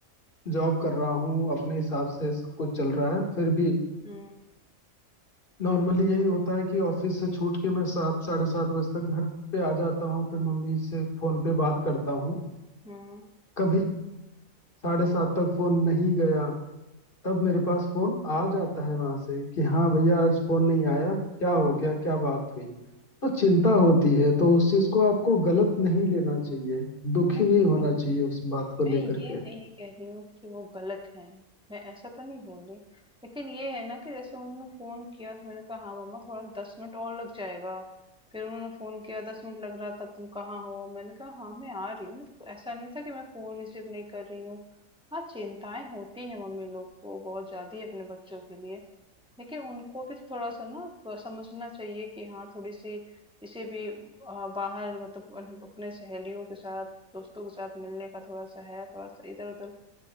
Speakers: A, on the left (about 40°); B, in the centre.
A: जॉब कर रहा हूँ अपने हिसाब से सब कुछ चल रहा है फिर भी
B: हुँ,
A: नॉर्मली यही होता है कि ऑफिस से छूट के मैं सात साढ़े सात बजे तक घर पे आ जाता हूँ फिर मम्मी से फोन पे बात करता हूँ
B: हुँ।
A: कभी साढ़े सात तक फोन नहीं गया तब मेरे पास फोन आ जाता है वहां से कि हाँ भैया आज फोन नहीं आया क्या हो गया क्या बात हुई तो चिंता होती है तो उस चीज को आपको गलत नहीं लेना चाहिए दुखी
B: नहीं
A: नहीं होना चाहिए उस बात को
B: मैं
A: लेकर
B: ये
A: के
B: नहीं कह रही हूँ कि वो गलत हैं मैं ऐसा तो नहीं बोल रही लेकिन ये है ना कि जैसे उन्होंने फोन किया तो मैंने कहा हाँ मम्मा थोड़ा दस मिनट और लग जाएगा फिर उन्होंने फोन किया दस मिनट लग रहा था तुम कहाँ हो मैंने कहा हाँ मैं आ रही हूँ तो ऐसा नहीं था कि मैं फोन रिसीव नहीं कर रही हूँ हाँ चिंताएं होती है मम्मी लोग को बहुत ज्यादा ही अपने बच्चों के लिए लेकिन उनको भी तो थोड़ा सा ना प- समझना चाहिए कि हाँ थोड़ी सी इसे भी आ, बाहर मतलब अन- अपने सहेलियों के साथ दोस्तों के साथ मिलने का थोड़ा सा है थोड़ा सा इधर उधर